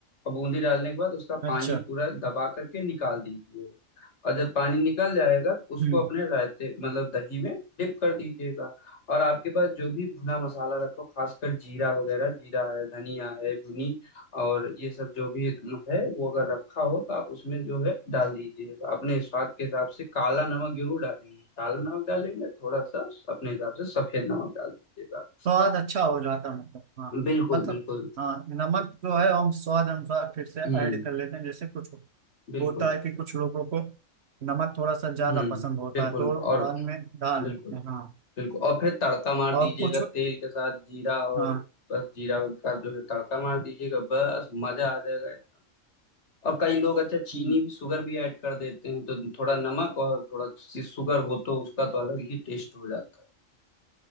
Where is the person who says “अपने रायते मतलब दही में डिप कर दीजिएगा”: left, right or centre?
Left